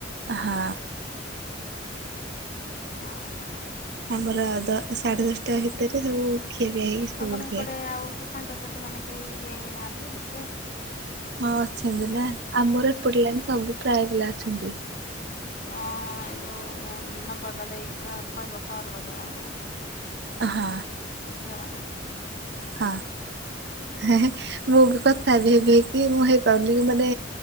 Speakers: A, on the right (about 60°); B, on the left (about 45°).
A: ହଁ।
B: ହଁ ହଁ।
A: ଆମର ଦ ସାଢ଼େ ଦଶଟା ଭିତରେ ସବୁ ଖିଆ ପିଆ ହେଇକି ଶୋଇ
B: ତମର
A: ପଡିଥାଏ।
B: ସେପଟେ ଆଉ ସାଙ୍ଗସାଥି ମାନେ କେହି ଇଏ ହେଇନାହାନ୍ତି ଏଥିରେ?
A: ହଁ ଅଛନ୍ତି ନା ଆମର ଏପଟ ଲାଇନରେ ସବୁ ପ୍ରାୟ ପିଲା ଅଛନ୍ତି।
B: ମୁଁ ଯୋଉ ନମ୍ବର ଟା ଦେଇକି କ କହିବ କଲ୍ କରିଆକୁ
A: ଆଁ ହା,
B: ଝିଅମାନେ।
A: ହଁ ହେଁ ହେଁ ମୁଁ ବି କଥା ହେବି ହେବିକି ମୁଁ ହେ କହିଲି ମାନେ